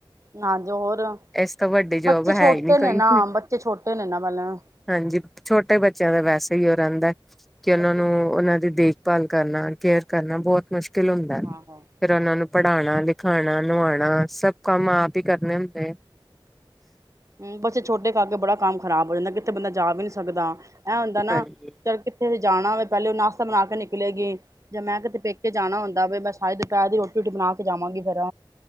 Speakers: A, on the right; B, in the centre.
A: ਹਾਂਜੀ ਹੋਰ
B: ਏਸ ਤੋਂ ਵੱਡੀ ਜੋਬ
A: ਬੱਚੇ ਛੋਟੇ
B: ਹੈ ਹੀ ਨਹੀਂ ਕੋਈ
A: ਨੇ ਨਾ ਬੱਚੇ ਛੋਟੇ ਨੇ ਨਾ ਪਹਿਲਾਂ
B: ਹਾਂਜੀ ਛੋਟੇ ਬੱਚਿਆਂ ਦਾ ਵੈਸੇ ਹੀ ਉਹ ਰਹਿੰਦਾ ਕਿ ਉਹਨਾ
A: ਬੱਚੇ
B: ਨੂੰ ਨੂੰ
A: ਛੋਟੇ
B: ਉਹਨਾਂ
A: ਨੇ
B: ਦੀ ਦੇਖਭਾਲ ਕਰਨ ਕੇਅਰ ਕਰਨਾ ਬਹੁਤ ਮੁਸ਼ਕਿ ਕਿਲ ਹੁੰਦਾ
A: ਆਹੋ
B: ਫਿਰ ਉਹਨਾਂ ਨੂੰ ਪੜ੍ਹਾਉਣਾ ਲਿਖਾਉਣਾ ਨਵਾਉਣਾ ਸਭ ਕੰਮ ਆਪ ਹੀ ਕਰਨੇ ਹੁੰਦੇ।
A: ਹਮ ਬਚੇ ਛੋਟੇ ਕਰਕੇ ਬੜਾ ਕੰਮ ਖ਼ਰਾਬ ਹੋ ਜਾਂਦਾ ਕਿੱਥੇ ਬੰਦਾ ਜਾ ਵੀ ਨਹੀਂ ਸਕਦਾ। ਇਹ ਹੁੰਦਾ ਨਾ
B: ਹਾਂਜੀ
A: ਚੱਲ ਕਿੱਥੇ ਵੀ ਜਾਣਾ ਹੋਵੇ ਪਹਿਲੇ ਉਹ ਨਾਸ਼ਤਾ ਬਣਾ ਕੇ ਨਿਕਲੇਗੀ ਜਾਂ ਮੈਂ ਕਿਤੇ ਪੇਕੇ ਜਾਣਾ ਹੁੰਦਾ ਵੇ ਮੈਂ ਸਾਰੀ ਦੁਪਹਿਰ ਦੀ ਰੋਟੀ ਰੁਟੀ ਬਣਾ ਕੇ ਜਾਵਾਂਗੀ ਫੇਰ।